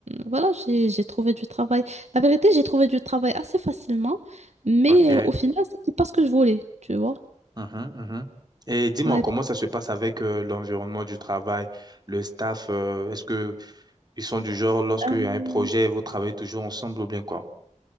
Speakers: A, on the right; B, on the right.
A: voilà, j'ai, j'ai trouvé du travail. La vérité, j'ai trouvé du travail assez facilement, mais
B: Ok,
A: euh, au final, c'était pas ce que je voulais, tu vois.
B: Mhm, mhm. Et dis-moi,
A: Ouais.
B: comment ça se passe avec euh, l'environnement du travail, le staff, euh, est-ce que ils sont du genre, lorsqu'il
A: Euh,
B: y a un projet, vous travaillez toujours ensemble ou bien quoi?